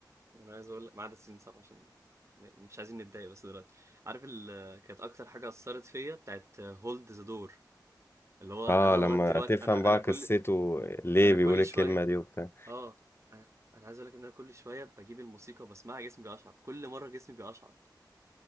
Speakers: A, on the right; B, on the left.
A: انا عايز اقول لك ما عدا سيزون 7 عشان مش عايزين نتضايق بس دلوقتي عارف ال... كانت اكتر حاجة اثرت فيا بتاعت هولد ذا دور اللي هو
B: اه
A: انا لغاية
B: لما
A: دلوقتي
B: تفهم
A: انا
B: بقى
A: انا كل
B: قصته ليه
A: انا كل
B: بيقول الكلمة
A: شوية
B: دي وبتاع
A: اه انا أنا عايز اقول لك ان انا كل شويه بجيب الموسيقى وبسمعها جسمي بيقشعر كل مره جسمي بيقشعر